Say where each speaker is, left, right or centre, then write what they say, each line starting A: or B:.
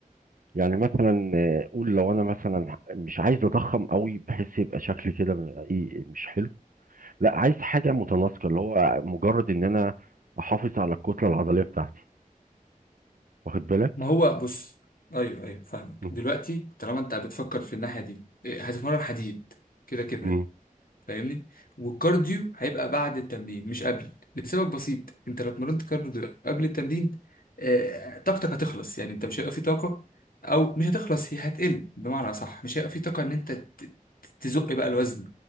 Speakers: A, on the right (about 70°); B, on the left (about 85°).
A: يعني مثلا آه، قول لو انا مثلا مش عايز اضخم قوي بحس يبقى شكلي كده م- ايه مش حلو لا عايز حاجه متناسقه اللي هو مجرد ان انا احافظ على الكتله العضليه بتاعتي واخد بالك
B: ما هو بص ايوه ايوه فاهمك
A: مم.
B: دلوقتي طالما انت بتفكر في الناحيه دي إيه، هتتمرن حديد كده كده
A: مم.
B: فاهمني والكارديو هيبقى بعد التمرين مش قبل لسبب بسيط انت لو اتمرنت كارديو قبل التمرين آه، طاقتك هتخلص يعني انت مش هيبقى في طاقة او مش هتخلص هي هتقل بمعنى صح مش هيبقى في طاقة ان انت ت- تزق بقى الوزن